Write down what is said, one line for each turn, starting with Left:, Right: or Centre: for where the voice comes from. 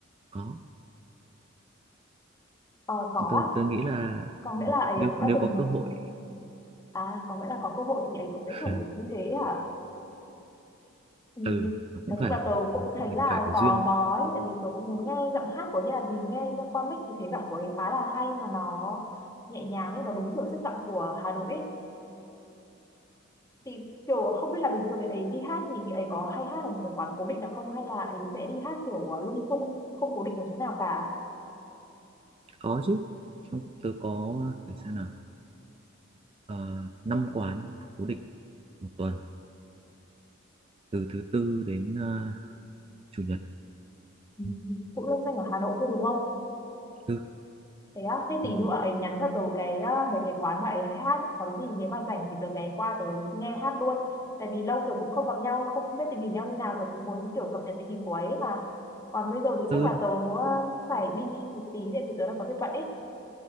Right: có
Left: ờ, có
Right: tôi
Left: á.
Right: tôi nghĩ là
Left: có nghĩa là ấy
Right: nếu
Left: cũng đã
Right: nếu
Left: từng
Right: có cơ hội
Left: à có nghĩa là có cơ hội thì ấy cũng sẽ
Right: <laughs>
Left: thử như thế à ừ.
Right: ừ nó cũng
Left: nói
Right: phải
Left: chung là
Right: là có,
Left: tớ
Right: có
Left: cũng thấy
Right: mình
Left: là
Right: phải có
Left: tò
Right: duyên
Left: mò ấy, tại vì tớ cũng muốn nghe giọng hát của ấy là vì nghe ra qua mic thì thấy giọng của ấy khá là hay mà nó nhẹ nhàng ấy, nó đúng kiểu chất giọng của Hà Nội ấy thì kiểu không biết là bình thường thì ấy đi hát thì chị ấy có hay hát ở một cái quán cố định nào không hay là ấy sẽ đi hát kiểu ờ, lung tung không cố định ở chỗ nào cả
Right: có chứ trong tôi có để xem nào ờ, năm quán cố định một tuần từ thứ tư đến ờ, chủ nhật
Left: Ừ.
Right: Ừ,
Left: cũng loanh xanh ở Hà Nội thôi đúng không
Right: tư
Left: thế á thế tí
Right: thứ
Left: nữa ấy nhắn cho tớ cái ờ, về cái quán mà ấy hay hát có gì nếu mà rảnh thì tớ ghé qua tớ nghe hát luôn tại vì lâu rồi cũng không gặp nhau không biết tình hình nhau như nào rồi cũng muốn kiểu cập nhật tình hình của ấy mà còn bây giờ thì
Right: tư
Left: chắc là tớ ờ, phải đi một tí tại vì tớ đang có việc bận ấy